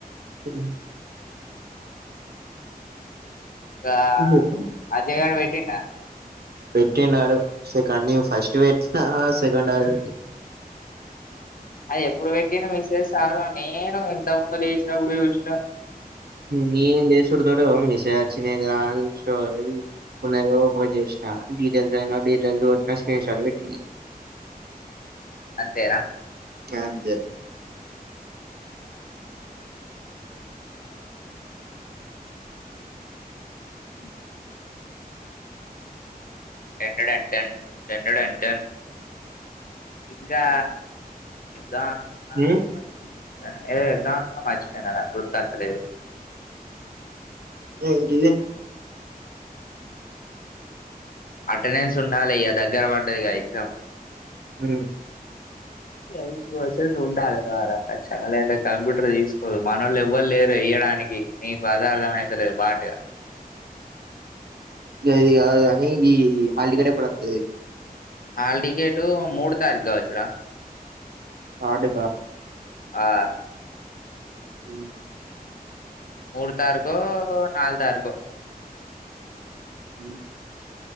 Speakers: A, on the right; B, on the left.
A: హ్
B: ఆ
A: <unintelligible>
B: అజయగాడు పెట్టిండా
A: పెట్టినాడు సెకండ్ ఇయర్ ఫస్ట్ పెట్టిన సెకండ్ వాడు
B: అది ఎప్పుడు పెట్టిడు మెస్సేజ్ స్తారు నేను ఇంత ముందు లేసినాప్పుడు చూసినా
A: మీ లేషడు తోటు వ్ మెస్సేజ్ అచ్చిది ఏందిరా <unintelligible> ఉన్నాయి ఓపెన్ చేన డీటెయిల్స్ అయి డీటెయిల్స్ కొట్టి స్క్రీన్షట్ పెట్టింది
B: అంతేనా
A: అంతే
B: అ డేటన్ టెన్ డేటన్ టెన్ ఇంకా చెప్ద్దాం అ
A: ఉమ్
B: తెతూనే అచ్చాయానా మర్చిపోయినారా గుర్తుకచ్చలేదు
A: <unintelligible>
B: అటెండెన్స్ ఉండాలియా దగ్గర పడ్డది ఇ ఎగ్జామ్
A: ఉ
B: ఎయిట్ పర్సెంట్ ఉండాలి కా అక్కలేంటే కంప్యూటర్ తీసుకోదు మన వాళ్ళు ఎవ్వరు లేరు ఏయ్యడానికి నీకు అదే అధంమయితులేదు బాటగా
A: గది కాదు కాని ఈ హల్లటికెట్ ఎప్పుడు అత్తది
B: హల్లటికెట్ మూడు తారీఖు కావచ్చురా
A: థర్డ్
B: ఆ
A: ఉ
B: మూడు తారీఖు నాలుగు తారీఖు
A: ఉ